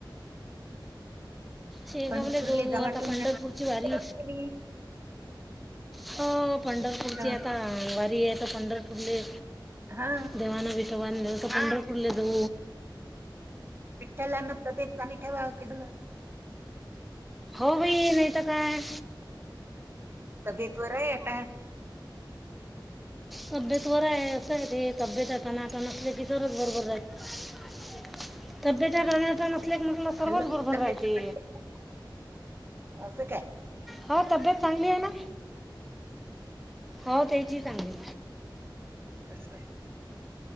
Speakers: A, in the centre; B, on the right.
A: शेगावला
B: पंढरपूरले
A: दो
B: जा वाटून
A: आता पंढरपूरची
B: राहत
A: वारी.....
B: असते मी
A: हो पंढरपूरची
B: तर
A: आता वारी आहे तर पंढरपूरले
B: हा
A: देवाना.... ववस पंढर फुडले द
B: विठला नबेेतनी ठेवाव क तला
A: हो भाई नाहीत काय?
B: तबीेत वर आहे काय?
A: तब्येत वर आहे असं आहे ते तब्येत आट नाटा नसल्या की तरच बरोबर रा आहे. तब्येत राहण्याच्या नसल्या क म्हटला सर्वच
B: हॅलो
A: बरोबर
B: तब्येत
A: राहते.
B: चांगली आहे. असं का?
A: हा तब्येत चांगली आहे ना. हो त्याची चांगली
B: असा